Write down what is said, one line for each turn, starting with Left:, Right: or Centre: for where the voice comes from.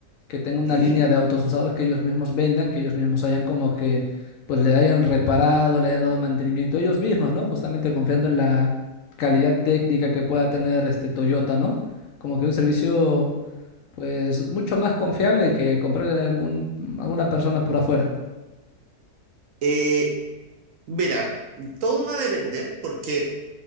Left: que tenga una
Right: Ujú.
Left: línea de autos usados que ellos mismos vendan, que ellos mismos hayan como que, pues le hayan reparado, le hayan dado mantenimiento ellos mismos, ¿no? Justamente confiando en la calidad técnica que pueda tener este Toyota, ¿no? Como que un servicio, pues, mucho más confiable que comprarle a algún, alguna persona por afuera.
Right: Eh, mira, todo va a depender porque,